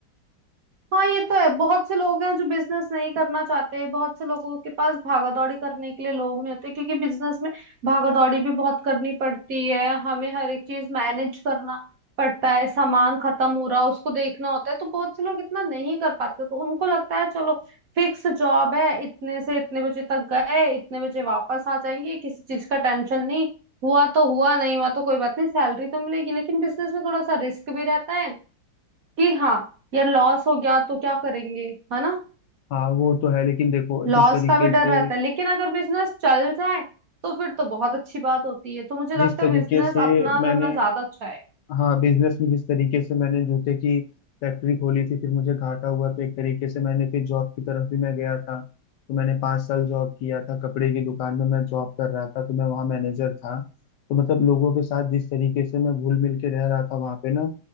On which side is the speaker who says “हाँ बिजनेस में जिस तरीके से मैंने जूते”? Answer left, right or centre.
Left